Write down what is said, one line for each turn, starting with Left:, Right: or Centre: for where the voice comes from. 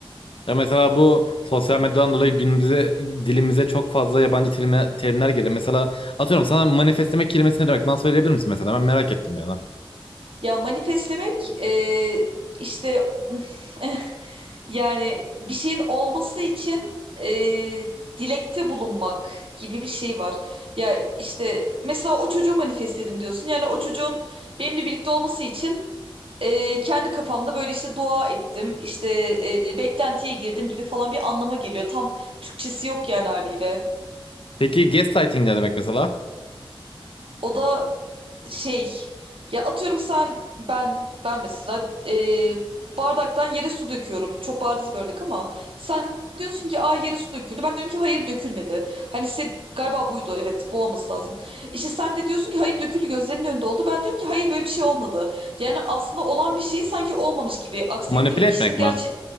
Left: Ya mesela bu sosyal medyadan dolayı günümüze dilimize çok fazla yabancı terime- terimler girdi. Mesela atıyorum sana manifestlemek kelimesi ne demek? Bana söyleyebilir misin mesela? Ben merak ettim yani.
Right: Ya manifestlemek e, işte <laughs> yani bir şeyin olması için e, dilekte bulunmak gibi bir şey var. Ya işte mesela o çocuğu manifestledim diyorsun. Yani o çocuğun benimle birlikte olması için e, kendi kafamda böyle işte dua ettim. işte e, beklentiye girdim gibi falan bir anlama geliyor. Tam Türkçesi yok yani haliyle.
Left: Peki gaslighting ne demek mesela?
Right: O da şey ya atıyorum sen ben ben mesela e, bardaktan yere su döküyorum. Çok bariz bir örnek ama sen diyorsun ki aa yere su döküldü. Ben diyorum ki hayır dökülmedi. Hani sen galiba buydu evet bu olması lazım. İşte sen de diyorsun ki hayır döküldü gözlemin önünde oldu. Ben diyorum ki hayır böyle bir şey olmadı. Yani aslında olan bir şeyi sanki olmamış gibi aksettirip
Left: Manipüle etmek
Right: kişinin gerçek
Left: mi?